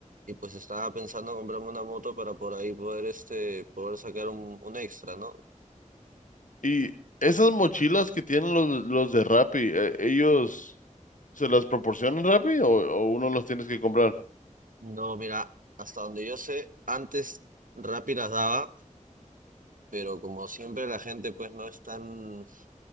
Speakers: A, on the right; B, on the left.
A: y pues estaba pensando comprarme una moto para por ahí poder, este, poder sacar un, un extra, ¿no?
B: Y esas mochilas que tienen los, los de Rappi, eh, ¿ellos se las proporcionan Rappi o, o uno las tienes que comprar?
A: No, mira, hasta donde yo sé, antes Rappi las daba, pero como siempre la gente pues no es tan,